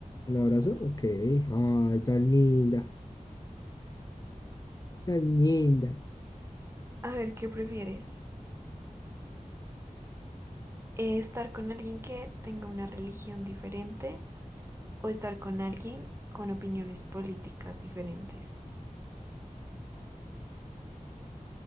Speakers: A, on the left; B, on the right.
A: un abrazo, ok. Ay, tan linda, tan linda.
B: A ver, ¿qué prefieres? eh, estar con alguien que tenga una religión diferente o estar con alguien con opiniones políticas diferentes,